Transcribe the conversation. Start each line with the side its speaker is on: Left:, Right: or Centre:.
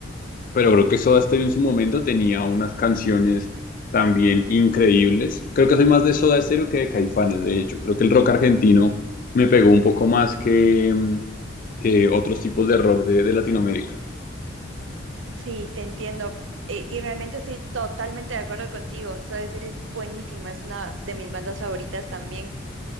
Left: pero creo que Soda Stereo en su momento tenía unas canciones también increíbles. Creo que soy más de Soda Stereo que de Caifanes, de hecho. Creo que el rock argentino me pegó un poco más que, mm, que otros tipos de rock de, de Latinoamérica.
Right: Sí, te entiendo. E- Y realmente estoy totalmente de acuerdo contigo. Soda Stereo es buenísima, es una de mis bandas favoritas también.